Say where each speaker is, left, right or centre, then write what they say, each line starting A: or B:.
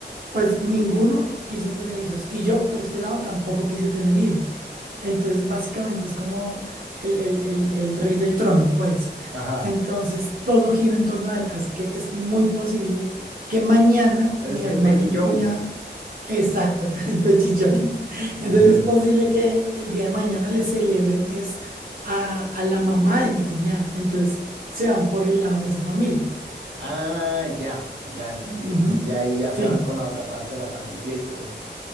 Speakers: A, on the right; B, on the right.
A: Pues ninguno quiso tener hijos y yo por este lado tampoco quise tener hijos. Entonces, básicamente es como el, el- el- el rey del trono, pues.
B: ajá.
A: Entonces, todo gira en torno a él. Así que es muy posible que mañana
B: Es
A: mi
B: el
A: hermano
B: pechichón.
A: y mi cuñada, exacto, <laughs> el pechichón.
B: <laughs>
A: Entonces, es posible que el día de mañana le celebren es a, a la mamá de mi cuñada. Entonces, se van por el lado de esa familia.
B: Ah, ya, ya entendí.
A: Ujú.
B: Entonces ya ahí ya se
A: Sí,
B: van con la otra parte de la familia y pues.